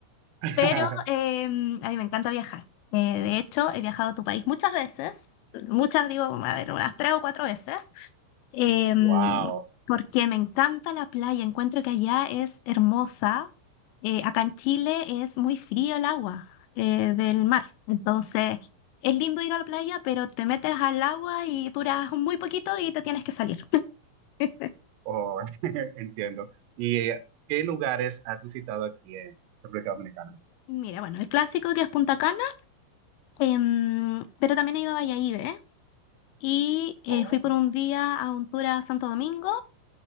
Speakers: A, on the right; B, on the left.
A: <laughs>
B: pero eh, a mí me encanta viajar. Eh, de hecho, he viajado a tu país muchas veces, muchas digo, a ver, unas tres o cuatro veces. em,
A: Wow.
B: porque me encanta la playa, encuentro que allá es hermosa. Eh, acá en Chile es muy frío el agua eh, del mar, entonces es lindo ir a la playa, pero te metes al agua y duras muy poquito y te tienes que salir. <laughs>
A: Oh, <laughs> entiendo. ¿Y eh, qué lugares has visitado aquí en República Dominicana?
B: Mira, bueno, el clásico que es Punta Cana, em, pero también he ido a Valladolid, ¿eh? Y eh,
A: Oh,
B: fui por un día a un tour a Santo Domingo